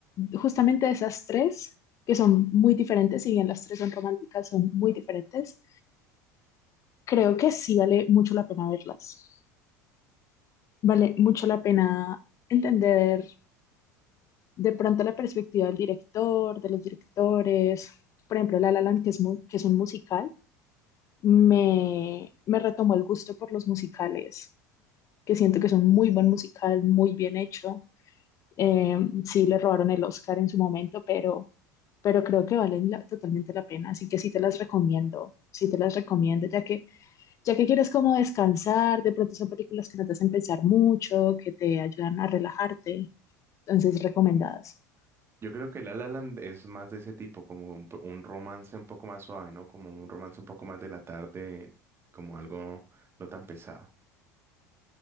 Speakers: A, on the left; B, on the right.
A: justamente de esas tres, que son muy diferentes, si bien las tres son románticas, son muy diferentes, creo que sí vale mucho la pena verlas. Vale mucho la pena entender de pronto la perspectiva del director, de los directores. Por ejemplo, La La Land, que es, mu- que es un musical, me, me retomó el gusto por los musicales, que siento que son muy buen musical, muy bien hecho. Eh, sí, le robaron el Oscar en su momento, pero pero creo que valen la- totalmente la pena, así que sí te las recomiendo, sí te las recomiendo, ya que, ya que quieres como descansar, de pronto son películas que no te hacen pensar mucho, que te ayudan a relajarte, entonces recomendadas.
B: Yo creo que La La Land es más de ese tipo, como un, po- un romance un poco más suave, ¿no? Como un romance un poco más de la tarde, como algo no tan pesado.